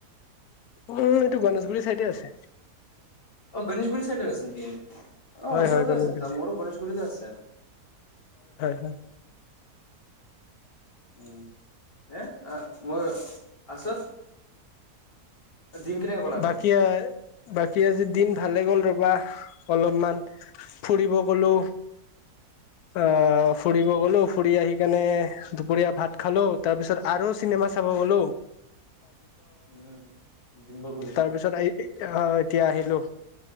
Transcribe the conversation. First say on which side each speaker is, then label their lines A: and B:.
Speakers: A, on the left; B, on the left.
A: উম, এইটো গণেশগুৰি চাইডে আছে।
B: অ', গণেশগুৰি চাইডত আছে নেকি। অ', ওচৰতে
A: হয় হয় গণেশগুৰি
B: আছে তেতিয়া মোৰো গণেশগুৰিতে আছে।
A: হ
B: উম, হে এ মই পাছত দিন কেনেকে গ'ল আজি
A: বাকী বাকী আজি দিন ভালে গ'ল ৰব া অলপমান ফুৰিব গলো আহ ফুৰিব গলো ফুৰি আহি কেনে দুপৰীয়া ভাত খালো তাৰপিছত আৰু চিনেমা চাব গলো
B: উম ঘূৰিলো
A: তাৰপিছত এই আহ, এতিয়া আহিলো।